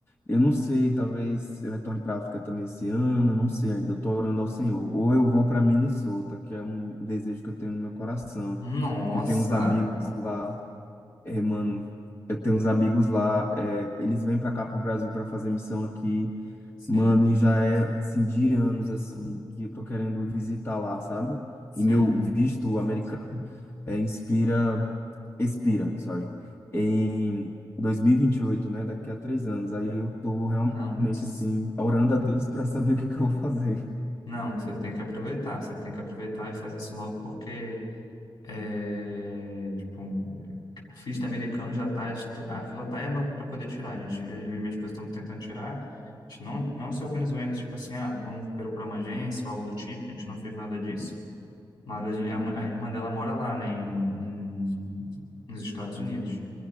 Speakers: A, on the left; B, on the left.
A: Eu não sei, talvez eu retorne para África também esse ano, eu não sei ainda. Eu tô orando ao Senhor. Ou eu vou para Minnesota, que é um desejo que eu tenho no meu coração,
B: Nossa!
A: que eu tenho uns amigos lá, eh, mano. Eu tenho uns amigos lá, eh, eles vêm para cá para o Brasil para fazer missão aqui.
B: Sim,
A: Mano, e já é assim de anos assim que eu tô querendo visitar lá, sabe?
B: sim.
A: E meu visto americano é, inspira, expira, sorry, em 2028, né? Daqui a três anos. Aí eu tô realmente
B: Não, s-
A: assim orando a Deus para saber o que que eu vou fazer.
B: não, você tem que aproveitar, você tem que aproveitar e fazer isso logo porque é, tipo, o FIT americano já tá, est- a fila tá enorme para poder tirar. A gente, eu e minha esposa estamos tentando tirar. A gente não, não se organizou ainda, tipo assim, ah, vamos procurar uma agência ou algo do tipo, a gente não fez nada disso. Mas a, gente, a, ma- a irmã dela mora lá, né, em, em- nos Estados Unidos.